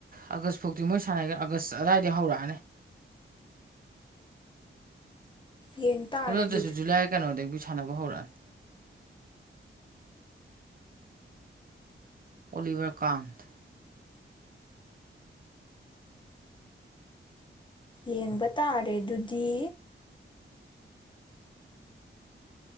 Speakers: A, on the right (about 45°); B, on the left (about 20°).
A: ꯑꯥꯒꯁ ꯐꯥꯎꯇꯤ ꯃꯣꯏ ꯁꯥꯟꯅꯒꯦꯔ ꯑꯥꯒꯁ ꯑꯗꯥꯏꯗꯤ ꯍꯧꯔꯛꯑꯅꯤ
B: ꯌꯦꯡ ꯇꯥꯔꯦ
A: ꯑꯗꯨ ꯅꯠꯇꯁꯨ
B: ꯑꯗꯨꯗꯤ
A: ꯖꯨꯂꯥꯏ ꯀꯅꯣꯗꯒꯤ ꯁꯥꯟꯅꯕ ꯍꯧꯔꯛꯑꯅꯤ ꯑꯣꯂꯤꯚꯔ ꯀꯥꯟꯇ
B: ꯌꯦꯡꯕ ꯇꯥꯔꯦ ꯗꯨꯗꯤ